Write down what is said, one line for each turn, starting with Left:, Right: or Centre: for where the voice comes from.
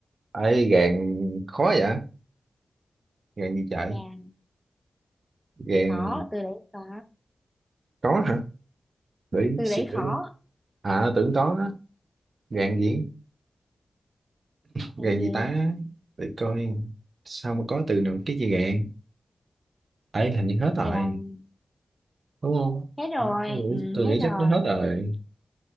Right: ấy gàng khó vậy? Gàng gì chạy?
Centre: gàng
Right: Gàng
Centre: khó từ đấy khó
Right: có hả? để
Centre: từ
Right: suy
Centre: đấy
Right: nghĩ
Centre: khó
Right: luôn à tưởng có đó gạn
Centre: ừ.
Right: gì gạn
Centre: còn gì
Right: gì ta để coi sao mà có từ nào cái gì gạn ấy hình như hết rồi
Centre: vàng
Right: đúng không
Centre: hết rồi
Right: tôi nghĩ,
Centre: ừ,
Right: tôi nghĩ
Centre: hết rồi
Right: chắc nó hết rồi